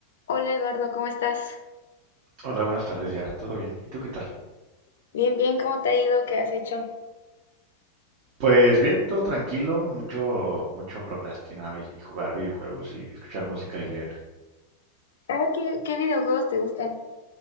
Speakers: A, on the left (about 60°); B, on the right (about 45°).
A: Hola Eduardo, ¿cómo estás?
B: Hola, buenas tardes, Yara. ¿Todo bien? ¿Y tú qué tal?
A: Bien, bien, ¿cómo te ha ido? ¿Qué has hecho?
B: Pues bien, todo tranquilo, mucho, mucho procrastinar y, y jugar videojuegos y escuchar música y leer.
A: Ah, ¿qué, qué videojuegos te gustan?